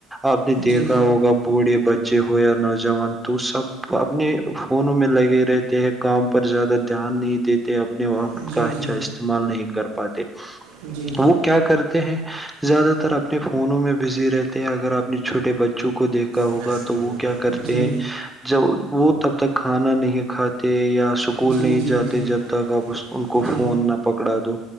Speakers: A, in the centre; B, on the right.
A: آپ نے دیکھا
B: جی
A: ہوگا تھوڑے بچے ہو یا نوجوان تو سب اپنے فونوں میں لگے رہے کام پر زیادہ دھیان نہیں دیتے اپنے وقت
B: جی جی
A: کا اچھا
B: جی جی
A: استعمال نہیں کر پاتے
B: جی جی
A: وہ کیا کرتے ہیں زیادہ تر اب فونوں میں بزی رہتے ہیں اگر آپ نے چھوٹے بچوں کو دیکھا ہوگا
B: جی
A: تو وہ کیا کرتے
B: جی
A: ہیں جب وہ تب تک کھانا نہیں کھاتے یا اسکول
B: جی
A: نہیں
B: جی جی جی
A: جاتے
B: جی جی جی جی جی
A: جب تک آپ اس ان
B: جی
A: کو فون نہ پکڑا دو